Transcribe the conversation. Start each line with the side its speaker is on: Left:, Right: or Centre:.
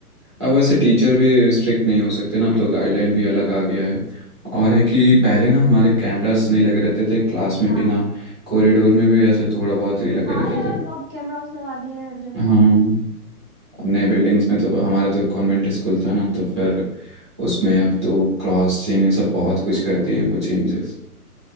Right: अब वैसे टीचर भी स्ट्रिक्ट नहीं हो सकते ना अब तो गाइडलाइन भी अलग आ गया है और है कि पहले ना हमारे कैमरास नहीं लगे रहते थे क्लास में
Left: हाँ
Right: भी ना कॉरिडोर में भी ऐसे थोड़ा बहुत ही लगे
Left: हाँ
Right: रहते
Left: यार
Right: थे
Left: अब अब कैमरास लगा दिए हैं हर जगह
Right: हाँ नए बिल्डिंग्स में तो हमारा तो कॉन्वेंट स्कूल था ना तो फिर उसमें अब तो क्रॉस चेन ये सब बहुत
Left: हाँ
Right: कुछ कर दिए हैं वो चेंजेस